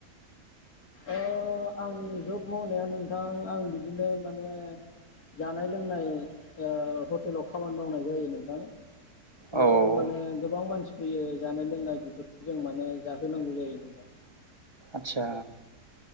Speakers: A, on the left (about 65°); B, on the right (about 20°).
A: ओ आं जब मावनाया नोंथां आं बिदिनो माने जानाय लोंनाय ओ हटेलाव खामानि मावनाय जायो नोंथां बेयाव
B: औ औ
A: माने गोबां मानसि फैयो जानाय लोंनाय बेफोरखौ जों माने जाहोनांगौ जायो नोंथां
B: आदसा